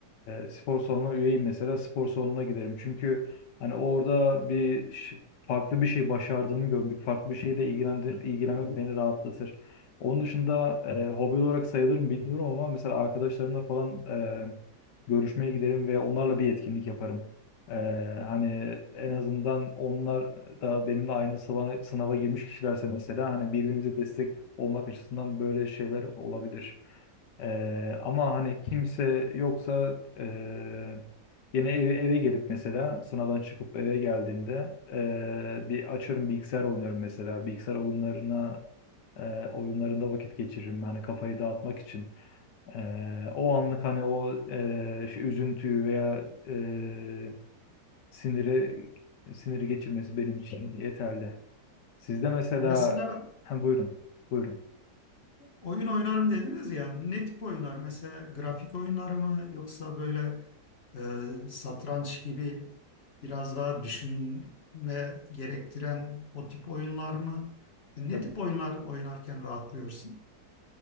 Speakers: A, on the left; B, on the left.
A: e, spor salonuna üyeyim mesela spor salonuna giderim. Çünkü hani orada bir ş- farklı bir şey başardığımı görmek, farklı bir şeyle ilgilendi- ilgilenmek beni rahatlatır. Onun dışında e, hobi olarak sayılır mı bilmiyorum ama mesela arkadaşlarımla falan e, görüşmeye giderim ve onlarla bir etkinlik yaparım. E, hani en azından onlar da benimle aynı sınava, sınava girmiş kişilerse mesela hani birbirimize destek olmak açısından böyle şeyler olabilir. E, ama hani kimse yoksa e, yine eve, eve gelip mesela sınavdan çıkıp eve geldiğimde e, bir açarım bilgisayar oynarım mesela. Bilgisayar oyunlarına e, oyunlarında vakit geçiririm. Hani kafayı dağıtmak için. E, o anlık hani o e, şu üzüntüyü veya e, siniri siniri geçirmesi benim için yeterli. Sizde mesela
B: Mesela
A: hem buyurun. Buyurun.
B: oyun oynarım dediniz ya ne tip oyunlar? Mesela grafik oyunları mı yoksa böyle e, satranç gibi biraz daha düşünme gerektiren o tip oyunlar mı? E, ne
A: Ya,
B: tip oyunlar oynarken rahatlıyorsun?